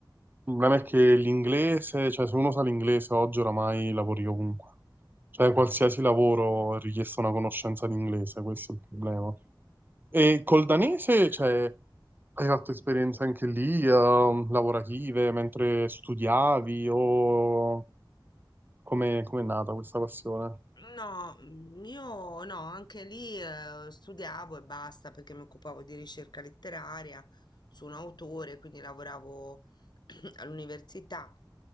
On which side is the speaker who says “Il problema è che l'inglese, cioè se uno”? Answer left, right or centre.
Right